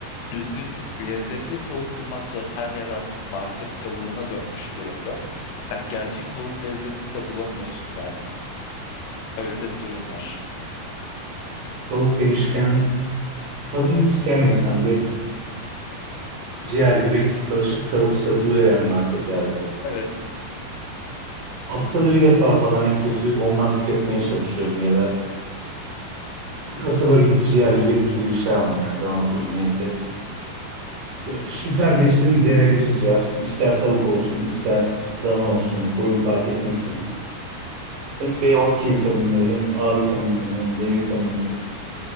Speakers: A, on the left; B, on the right.
A: düzgün lezzetli tavuk bulmak zor. Her yer artık market tavuğuna dönmüş durumda. Hani gerçek tavuk lezzetini de bulamıyorsun yani. Öyle de bir durum var.
B: Tavuk demişken tadını hiç sevmesem de ciğer, yürek, karışık tavuk satılıyor yani marketlerde.
A: Evet.
B: Haftada bir defa falan en kötü ondan tüketmeye çalışıyorum ya da kasaba gidip ciğer, yürek gibi bir şey almaya yani dana kuzu neyse. Ya süper besin denebilir ciğer. İster tavuk olsun, ister dana olsun, koyun fark etmeksizin. Hem B12 vitaminleri, hem A vitaminleri, hem D vitaminleri,